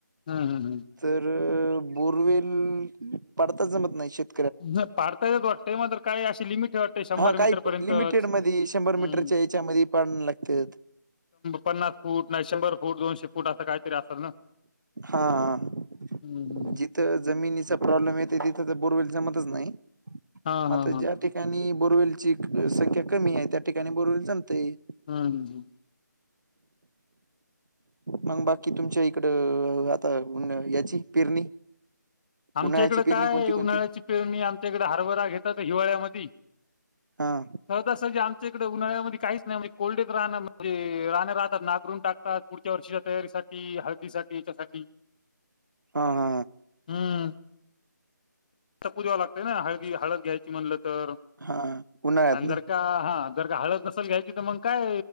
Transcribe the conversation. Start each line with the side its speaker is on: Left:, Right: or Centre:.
Left: हम् हम् हम.
Right: तर बोरवेल, पाडताच जमत नाही, शक्य
Left: ज पडता येत वाटते, पण काय अशी लिमिट आहे वाटते शंभर
Right: हा,
Left: मीटरपर्यंतच.
Right: काही लिमिटेड मदि, शंभर मीटरच्या
Left: हम्म.
Right: याच्यामध्ये पडायला लागत्यात.
Left: पन्नास फूट, नाही शंभर फूट, दोनशे फूट, असं काहीतरी असल ना?
Right: हां हां,
Left: हम्म हम्म.
Right: जी थ जमिनीचा प्रॉब्लेम येत, तिथं तर बोरवेल जमतच नाही,
Left: हा
Right: मग
Left: हा
Right: आता
Left: हा
Right: ज्या ठिकाणी बोरवेलची संख्या कमी आहे, त्या ठिकाणी बोरवेल जमतय.
Left: हम् हम हम.
Right: मंग बाकी तुमच्या इकडं, आता याची पेरणी
Left: आमच्या
Right: उन्हाळ्याची
Left: इकड
Right: पेरणी
Left: काय
Right: कोणती
Left: उन्हाळ्याची
Right: कोणती?
Left: पेरणी, आमच्या इकडे हरबरा घेतात, हिवाळ्यामदि.
Right: हा
Left: सहजा सहजी, आमच्या इकड उन्हाळ्यामध्ये काहीच नाही, म्हणजे कोंडीत राहणं, म्हणजे राहणं राहतात, नागरून टाकतात, पुढच्या वर्षीच्या तयारीसाठी, हळदी साठी, याच्यासाठी.
Right: हा हा.
Left: हम्म. तपू द्यावं लागत ना, हळदी-हळद घ्यायची म्हणलं तर,
Right: हा उन्हाळ्यात
Left: आणि जर
Right: ना
Left: का, हां जर का हळद नसल घ्यायची त, मंग काय